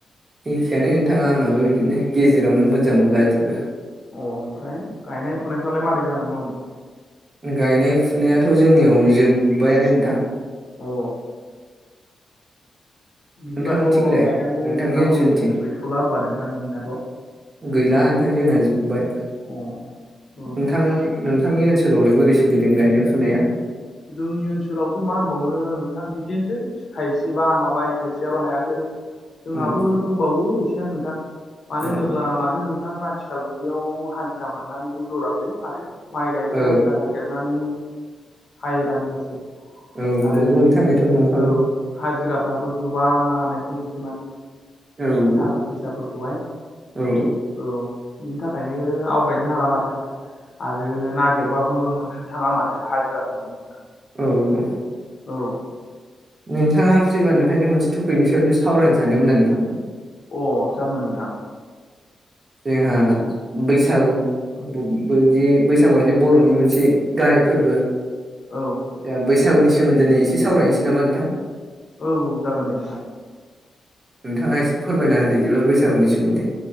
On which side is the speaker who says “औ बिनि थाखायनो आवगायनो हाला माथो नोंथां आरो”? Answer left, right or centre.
Left